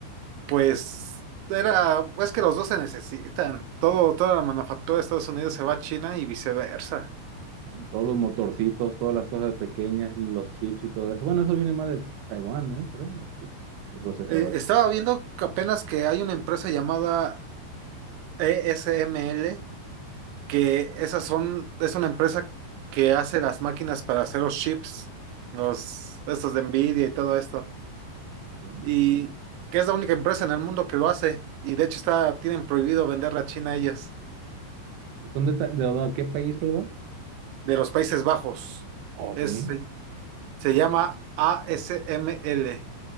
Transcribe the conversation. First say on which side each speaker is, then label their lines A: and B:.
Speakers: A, on the right; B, on the right.
A: pues era, es que los dos se necesitan. Todo, toda la manufactura de Estados Unidos se va a China y viceversa.
B: Todos los motorcitos, todas las cosas pequeñas, los chips y todo eso. Bueno, eso viene más de Taiwán, ¿no? Creo, los chips, el procesador.
A: Eh, estaba viendo que apenas que hay una empresa llamada ESML que esas son, es una empresa que hace las máquinas para hacer los chips, los, estos de Nvidia y todo esto,
B: ¿Sí?
A: y que es la única empresa en el mundo que lo hace, y de hecho está, tienen prohibido venderla a China ellas,
B: ¿Son de, Ta- de, qué país, perdón?
A: de los Países Bajos.
B: Oh,
A: Es,
B: sí.
A: se se llama ASML,